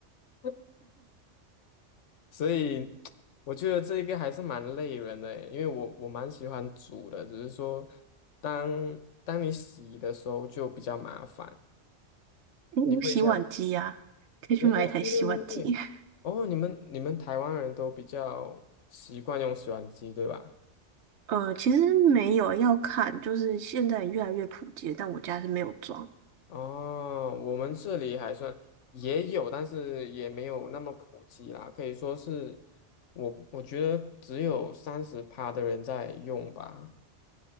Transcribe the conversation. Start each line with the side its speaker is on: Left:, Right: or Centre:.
Left: <laughs> 所以我觉得这一个还是蛮累人的诶，因为我我蛮喜欢煮的，只是说当当你洗的时候就比较麻烦。
Right: 诶有洗碗机呀、
Left: 你可以这样？
Right: 可以去买一台洗碗机。
Left: 哦，对对对对，
Right: <laughs>
Left: 哦，你们你们台湾人都比较习惯用洗碗机，对吧？
Right: 呃，其实没有要看，就是现在越来越普及，但我家是没有装。
Left: 哦，我们这里还算也有，但是也没有那么普及啦，可以说是我我觉得只有三十趴的人在用吧。